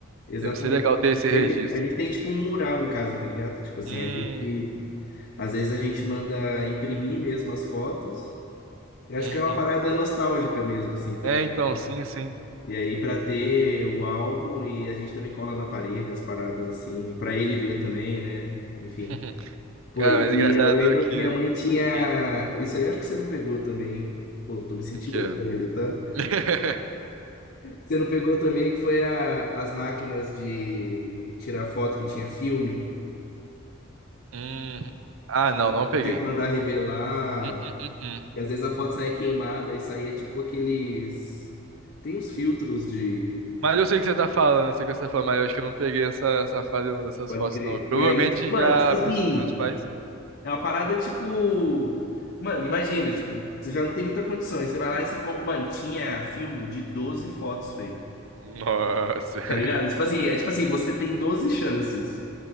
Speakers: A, on the left; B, on the right.
A: Exatamente.
B: Deve ser legal ter esse
A: Teve-
B: registro.
A: A gente tem tipo um mural em casa, tá ligado? Tipo assim,
B: Hum,
A: a gente, às vezes a gente manda imprimir mesmo as fotos. Eu acho
B: uhum.
A: que é uma parada nostálgica mesmo, assim, também.
B: É, então,
A: tipo.
B: sim, sim.
A: E aí, pra ter o álbum, e a gente também cola na parede as paradas, assim, pra ele ver também, né? Enfim.
B: <laughs>
A: Pô,
B: Cara,
A: e
B: mas engraçado
A: eu lembro
B: que.
A: que minha mãe tinha.
B: Hum,
A: Isso aí acho que você não pegou também. Pô, tô me sentindo
B: o que é?
A: velho, tá?
B: <laughs>
A: Você não pegou também que foi a- as máquinas de tirar foto que tinha filme.
B: Hum, Ah, não, não peguei.
A: E tinha que mandar revelar.
B: hum, hum, hum, hum.
A: E às vezes a foto saía queimada e saía tipo aqueles. Tem uns filtros de.
B: Mas eu sei o que você tá falando, eu sei o que você tá falando, mas eu acho que eu não peguei essa, essa fase não, dessas
A: Pode
B: fotos,
A: crer.
B: não. Provavelmente
A: E aí, tipo, mano,
B: já
A: tipo assim,
B: meus, meus pais, sim.
A: é uma parada tipo. Mano, imagina, tipo, você já não tem muita condição. Aí você vai lá e você compra. Mano, tinha filme de 12 fotos, feio.
B: Nossa. <laughs>
A: Tá ligado? Tipo assim, é tipo assim, você tem 12 chances.